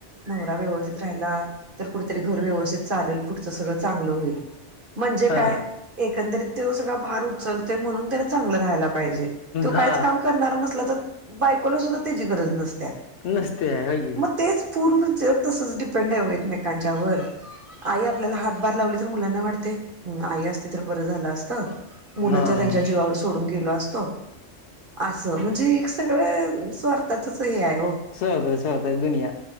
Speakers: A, on the right (about 45°); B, on the left (about 65°).
A: नवरा व्यवस रायला, तर कुठेतरी घर व्यवस्थित चालेल, पुढच सगळं चांगलं होईल. म्हणजे
B: हा
A: काय एकंदरीत तो सगळा भार उचलतोय म्हणून. त्यांना चांगलं राहायला पाहिजे. तो काहीच
B: हा
A: काम करणारा नसला तर बायकोला सुद्धा त्याची गरज नसत्या.
B: नसते हाय की
A: मग तेच पूर्ण जग तसं डीप एकमेकांच्या वर, आई आपल्याला हातभार लावली तर मुलांना वाटते आई असते तर बरं झालं असत. मुलं
B: हा
A: तर त्यांच्या
B: हा
A: जीवावर सोडून गेलो असतो. आस. म्हणजे एक सगळं अ.. स्वार्थातच हे आहे हो.
B: स्वतः स्वतःची दुनिया